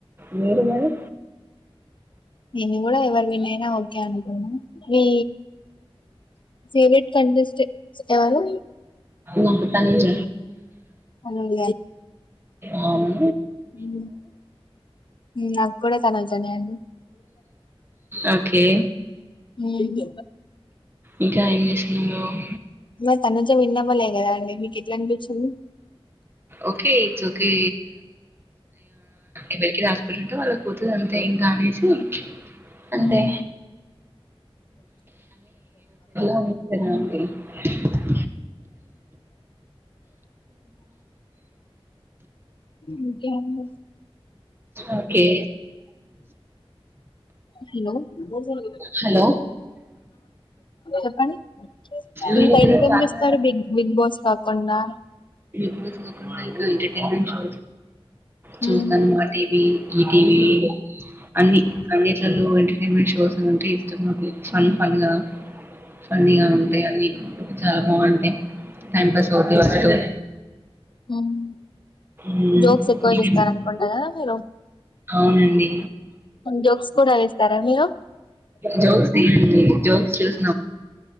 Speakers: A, on the right (about 25°); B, on the left (about 55°).
A: మీరు మరి
B: నీను కూడా ఎవరు విన్నయినా ఓకే అనుకున్న మీ ఫేవరెట్ కంటెస్టెంట్స్ ఎవరు
A: నాకు తనుజ
B: తనుజ
A: ఆను
B: మ్మ్ నాక్ కూడా చన జనే అ
A: ఓకే
B: మ్మ్
A: ఇంకా ఏం చేస్తున్నావ్
B: మ తన చె విన్నళ్లే ఏ అండి మీకు ఎట్ల అనిపించింది
A: ఓకే ఇట్స్ ఓకే ఎవరికి రాస్పిటి ఉంటే వాళ్ళకి పోతుంది అంతే ఇంకా అనేసి అంతే
B: ఉమ్.
A: అ ఉ కదా ఈ
B: ఇంకేంది
A: ఓకే
B: హలో
A: హలో
B: చెప్పండి
A: మీ
B: ఇంకా
A: దగ్గర
B: ఇంకేం
A: చాలా
B: బిగ్ బాస్ కాకుండా
A: బ ై ఎంటర్టైన్మెంట్ షో చూస్తాను
B: ఉమ్.
A: మా టీవ ఈటీవీ అన్ని అన్నిట్లలో ఎంటర్టైన్మెంట్ షోస్ స్ అంటే ఇష్టం నాకు ఫన్ ఫన్గా ఫన్నీగా ఉంటాయి అన్ని చాలా బాగుంటాయి టైం పాస్ అవుతాయి
B: మ్మ్
A: మ్మ్.
B: జోక్స్ ఎక్కువ
A: మీరేం-
B: చూస్తార అనుకుంటా కదా మీరు
A: అవునండి
B: జోక్స్ కూడా వేస్తారా మీరు
A: జోక్స్ జోక్స్ చూస్తా